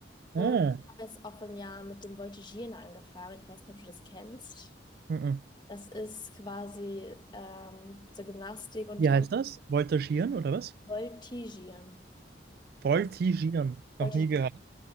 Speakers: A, on the left; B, on the right.
A: Und
B: Ah,
A: ich habe jetzt auch vor einem Jahr mit dem Voltigieren angefangen. Ich weiß nicht, ob du das kennst.
B: mhm.
A: Das ist quasi ähm, so Gymnastik und
B: Wie
A: Tanz.
B: heißt das? Voltigieren oder was?
A: Voltigieren.
B: Voltigieren.
A: Das Voltigieren.
B: Noch nie gehört.